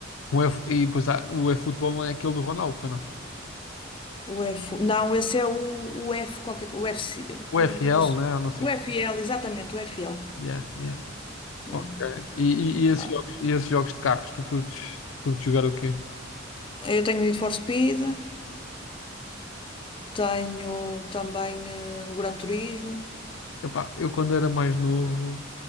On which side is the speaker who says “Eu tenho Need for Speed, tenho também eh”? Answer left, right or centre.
Left